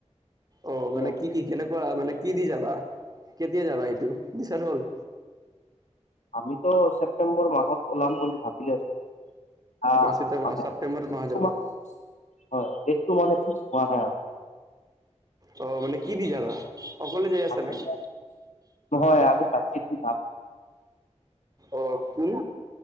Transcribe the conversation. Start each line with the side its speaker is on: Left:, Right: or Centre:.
Right: অ
Left: ঠিক
Right: মানে
Left: আছে
Right: কি কি কেনেকুৱা মানে কি দি যাবা কেতিয়া যাবা সেইটো দিচাইদ হ'ল
Left: আমিতো ছেপ্তেম্বৰ মাহত ওলাম বুলি ভাবি আছোঁ আ,
Right: অ চিত-
Left: <unintelligible>
Right: ছেপ্টেম্বৰ মাহত
Left: তোমাক
Right: যাব
Left: হয় <unintelligible>
Right: অ', মানে কি দি যাবা? অকলে যাই আছা
Left: <unintelligible>
Right: নেকি
Left: হয় <unintelligible>
Right: অ', কোন?